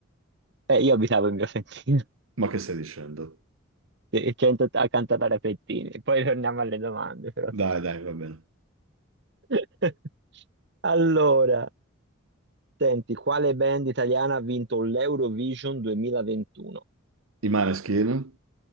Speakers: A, on the right (about 55°); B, on the right (about 80°).
A: Eh, io abitavo in via Fentina.
B: Ma che stai dicendo?
A: Sì, 180 cantata a pettini. Poi torniamo alle domande, però.
B: Dai, dai, va bene.
A: <laughs> Allora, senti, quale band italiana ha vinto l'Eurovision 2021?
B: I Maneskin?